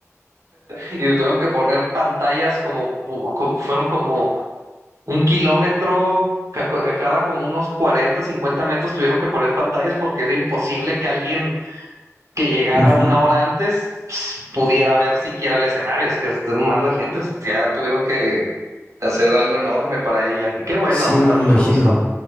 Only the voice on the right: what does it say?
Y tuvieron que poner pantallas como, como- fueron como un kilómetro ca- ca- cada como unos 40 50 metros tuvieron que poner pantallas porque era imposible que alguien que llegara
una hora antes pudiera ver siquiera el escenario. Es que es un mar de gente, pues, ya tuvieron que hacer algo enorme para ella. Y qué bueno,
me
da
mucho
gusto.